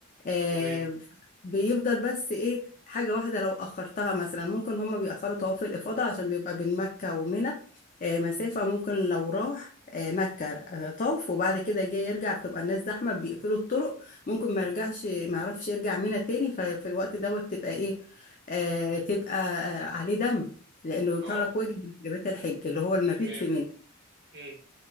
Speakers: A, on the left; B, on the right.
A: آه
B: تمام
A: بيفضل بس ايه حاجة واحدة لو أخرتها مثلا ممكن هما بيأخروا طواف الإفاضة عشان بيبقى بين مكة ومنى آه مسافة ممكن لو راح آه مكة آه طاف وبعد كده جاي يرجع بتبقى الناس زحمة بيقفلوا الطرق ممكن ما يرجعش ما يعرفش يرجع منى تاني ففي الوقت دوت تبقى ايه آه تبقى آه عليه دم لأنه
B: اه
A: ترك واجب من واجبات الحج اللي هو المبيت
B: تمام
A: في منى
B: مم.